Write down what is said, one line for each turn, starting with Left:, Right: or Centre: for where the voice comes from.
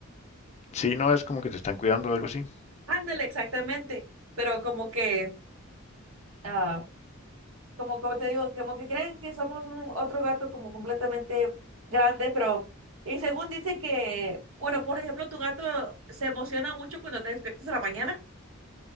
Left: Sí, no, es como que te están cuidando o algo así.
Right: Ándale, exactamente. Pero como que, ah, como, como te digo, como que creen que somos un otro gato como completamente grande, pero, y según dice que, bueno, por ejemplo, tu gato se emociona mucho cuando te despiertas a la mañana.